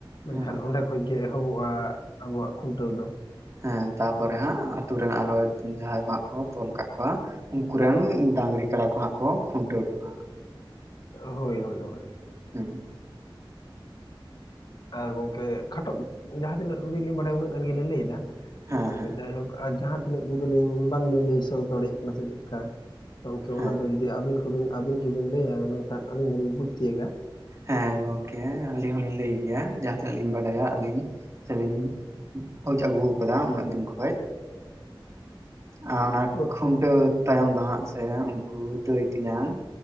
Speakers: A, on the left; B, on the right.
A: ᱢᱮᱱᱠᱷᱟᱱ
B: ᱦᱮᱸ
A: ᱚᱸᱰᱮ ᱠᱷᱚᱡ ᱜᱮ ᱮᱦᱚᱵᱚᱜᱼᱟ ᱟᱵᱚᱣᱟᱜ ᱠᱷᱩᱱᱴᱟᱹᱣ ᱫᱚ᱾
B: ᱦᱮᱸ ᱛᱟᱨᱯᱚᱨᱮ ᱦᱟᱸᱜ ᱟᱛᱩ ᱨᱮᱱ ᱟᱨᱦᱚ ᱡᱟᱦᱟᱸᱭ ᱠᱚ ᱦᱟᱸᱜ ᱠᱚ ᱛᱚᱞ ᱠᱟᱜ ᱠᱚᱣᱟ ᱩᱱᱠᱩ ᱨᱮᱱ ᱰᱟᱝᱨᱤ ᱠᱟᱰᱟ ᱠᱚ ᱦᱟᱸᱜ ᱠᱚ ᱠᱷᱩᱱᱴᱟᱹᱣ ᱠᱚᱣᱟ᱾ ᱦᱟᱸᱜ
A: ᱦᱳᱭ ᱦᱳᱭ ᱦᱳᱭ᱾
B: ᱦᱮᱸ᱾
A: ᱟᱨ ᱜᱚᱝᱠᱮ ᱠᱷᱟᱴᱚᱜ ᱡᱟᱦᱟᱸ ᱛᱤᱱᱟᱹᱜ ᱦᱩᱰᱤᱡ ᱞᱤᱧ ᱵᱟᱲᱟᱭᱟ ᱩᱱᱟᱹᱜ ᱜᱟᱱ ᱜᱮᱞᱤᱧ ᱞᱟᱹᱭ ᱮᱫᱟ᱾
B: ᱦᱮᱸ
A: ᱟᱨ
B: ᱦᱮᱸ
A: ᱡᱟᱭᱦᱳᱠ ᱟᱨ ᱡᱟᱦᱟᱸ ᱛᱤᱱᱟᱹᱜ ᱡᱩᱫᱤ ᱞᱤᱧ ᱵᱟᱝᱞᱤᱧ ᱞᱟᱹᱭ ᱥᱚᱫᱚᱨ ᱫᱟᱲᱮᱭᱟᱜ ᱠᱟᱱᱟ ᱥᱮ ᱪᱮᱫᱠᱟ ᱜᱚᱢᱠᱮ
B: ᱦᱮᱸ
A: ᱚᱱᱟ ᱫᱚ ᱡᱩᱫᱤ ᱟᱹᱵᱤᱱ ᱠᱚᱵ ᱟᱹᱵᱤᱱ ᱜᱮᱵᱤᱱ ᱞᱟᱹᱭᱟ ᱢᱮᱱᱠᱷᱟᱱ ᱟᱹᱞᱤᱧ ᱦᱚᱸᱞᱤᱧ ᱵᱩᱡᱽ ᱛᱤᱭᱟᱹᱜᱟ᱾
B: ᱦᱮᱸ ᱜᱚᱝᱠᱮ ᱟᱹᱞᱤᱧ ᱦᱚᱞᱤᱧ ᱞᱟᱹᱭ ᱜᱮᱭᱟ᱾ ᱡᱟᱦᱟᱸ ᱛᱤᱱᱟᱹᱜ ᱞᱤᱧ ᱵᱟᱰᱟᱭᱟ ᱟᱹᱞᱤᱧ ᱥᱮᱞᱤᱧ ᱵᱩᱡ ᱟᱹᱜᱩ ᱟᱠᱟᱫᱟ ᱩᱱᱟᱹᱜ ᱫᱤᱱ ᱠᱷᱚᱡ ᱟᱨ ᱚᱱᱟ
A: <unintelligible>
B: ᱠᱷᱩᱱᱴᱟᱹᱣ ᱛᱟᱭᱚᱢ ᱫᱚ ᱦᱟᱸᱜ ᱥᱮ ᱩᱱᱠᱩ ᱫᱟᱹᱭ ᱛᱮᱧᱟᱝ